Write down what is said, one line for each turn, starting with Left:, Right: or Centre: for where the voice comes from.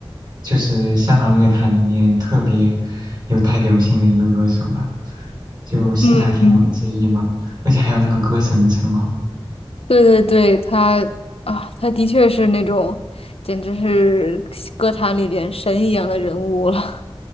Right: 就是香港乐坛里面特别有代表性的一个歌手吧，就四大天王之一嘛，
Left: 嗯，
Right: 而且还有那个歌神的称号。
Left: 对对对，他啊，他的确是那种，简直是歌坛里边神一样的人物了。